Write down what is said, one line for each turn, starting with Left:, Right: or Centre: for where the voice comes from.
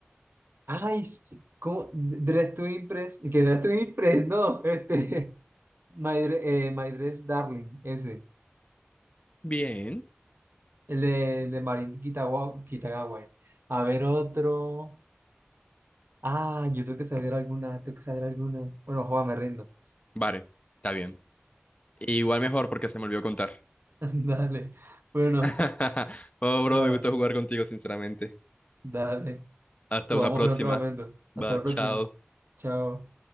Right: Ay, s- ¿cómo? Dress to Impress. Que Dress to Impress, no. Este, <laughs> My, Dre- eh, My Dress Darling, ese.
Left: Bien.
Right: El de, de Marín Kitagawa, Kitagawa. A ver otro. Ah, yo tengo que saber alguna, tengo que saber alguna. Bueno, juega, me rindo.
Left: Vale, está bien. Igual mejor porque se me olvidó contar.
Right: <laughs> Dale. Bueno,
Left: <laughs> Oh, bro,
Right: ah,
Left: me gustó jugar contigo, sinceramente.
Right: dale.
Left: Hasta
Right: Jugamos
Left: una próxima.
Right: en otro momento.
Left: Va,
Right: Hasta la próxima.
Left: chao.
Right: Chao.